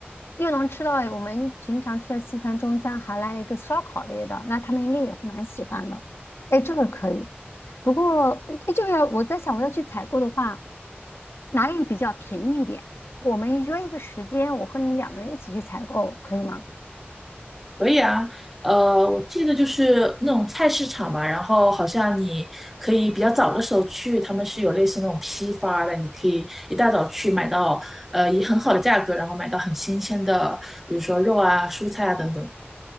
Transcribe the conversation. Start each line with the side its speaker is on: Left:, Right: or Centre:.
Left: 又能吃到哎我们平常吃的西餐、中餐，还来了一个烧烤类的，那他们应该也会蛮喜欢的。哎，这个可以。不过，哎，这个要我在想，我要去采购的话，哪里比较便宜一点？我们约一个时间，我和你两个人一起去采购，可以吗？
Centre: 可以啊，呃，我记得就是那种菜市场嘛，然后好像你可以比较早的时候去，他们是有类似那种批发的，你可以一大早去买到，呃，以很好的价格，然后买到很新鲜的，比如说肉啊、蔬菜啊等等。